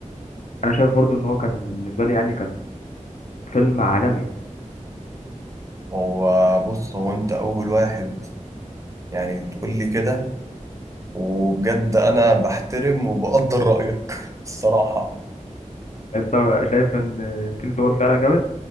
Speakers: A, on the left; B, on the right.
A: انا شايف برضو ان هو كان بالنسبه لي يعني كان فيلم عالمي
B: هو بص هو انت اول واحد يعني تقول لي كده وبجد انا بحترم وبقدر رأيك <laughs> الصراحة
A: انت شايف ان انفينيتي وور فعلا جامد